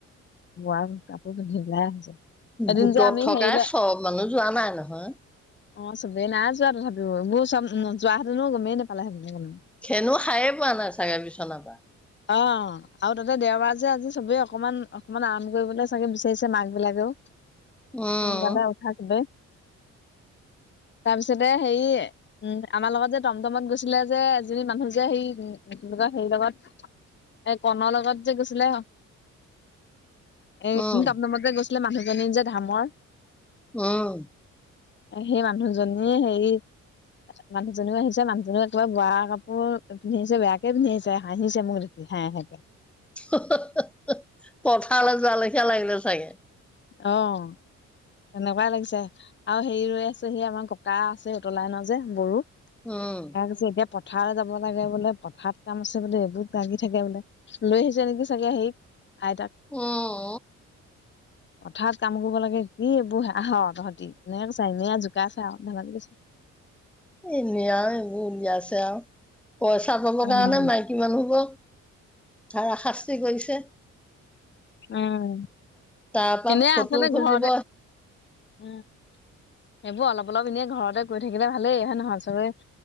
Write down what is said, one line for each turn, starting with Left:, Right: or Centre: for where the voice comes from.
Left: বোৱাৰ কাপোৰ পিন্ধি ওলাই আহিছে। এদিন
Centre: গোটত
Left: যে আমি
Centre: থকাই
Left: হেৰিলে
Centre: চব মানুহ যোৱা নাই নহয়।
Left: অ', চবে নাই যোৱা তথাপিও ইবোৰ চব নোযোৱা হেতেনো গমেই নাপালে হেতেনো কোনো।
Centre: খেনো সৰে পোৱা নাই চাগে বিছনাৰ পৰা।
Left: অ'। আৰু তাতে দেওবাৰ যে আজি চবেই অকমান অকমান আৰাম কৰিবলৈ চাগে বিচাৰিছে মাক বিলাকেও।
Centre: উম
Left: সোনকালে উঠা চবে, তাৰপিছতে হেৰি উম, আমাৰ লগত যে টমটমত গৈছিলে যে, এজনী মানুহ যে, হেই হেৰি লগত এ, কণত লগত যে গৈছিলে। এই
Centre: উম
Left: টমটমত যে, গৈছিলে মানুহজনী যে ধামৰ।
Centre: উম,
Left: সেই মানুহজনীয়ে হেৰি মানুহজননেও আহিছে, মানুহজননেও একবা বোৱা কাপোৰ, পিন্ধিছে বেয়াকে পিন্ধিছে হাঁহিছে, মোক দেখ হে, হে, কে।
Centre: <inaudible> পথাৰলৈ, যোৱানিচিনা লাগিলে চাগে।
Left: অ, তেনেকুৱাই লাগিছে আৰু হেৰি ৰৈ আছে সেই আমাৰ ককা আছে, সেইটোৰ লাইনত যে বড়ো।
Centre: উম,
Left: তাৰ পাছত, এতিয়া পথাৰলৈ যাব লাগে বোলে, পথাৰত কাম আছে বোলে, এইবুত লাগি থাকে বোলে। লৈ আহিছে নেকি, চাগে হেৰিক আইতাক।
Centre: উম,
Left: পথাৰত কাম কৰিব লাগে, কি এইবোৰ আহ, তহঁতি এনে কৈছা এনে, জোকাই আছে আৰু ধেমালি কৰিছে।
Centre: এনে আৰু এইবোৰ উলিয়াইছে আৰু পইচা পাবৰ
Left: উম
Centre: কাৰণে মাইক কিমান হ'ব ধাৰা, শাস্তি কৰিছে।
Left: উম,
Centre: তাৰ পৰা
Left: এনে
Centre: ফটো
Left: আচলতে
Centre: খুজিব
Left: ঘৰতে উম, সেইবোৰ অলপ, অলপ এনেই ঘৰতে কৰি থাকিলে ভালেই হয় নহয়, চবে